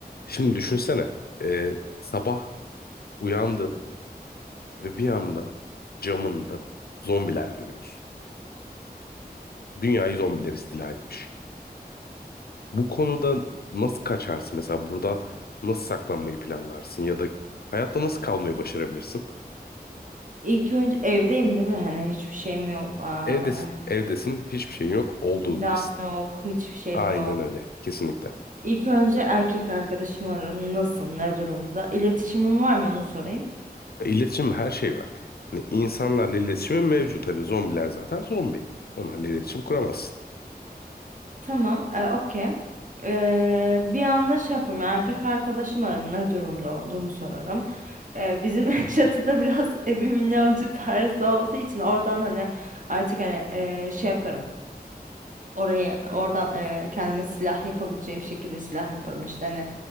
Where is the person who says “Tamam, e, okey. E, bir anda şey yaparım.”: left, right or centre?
Right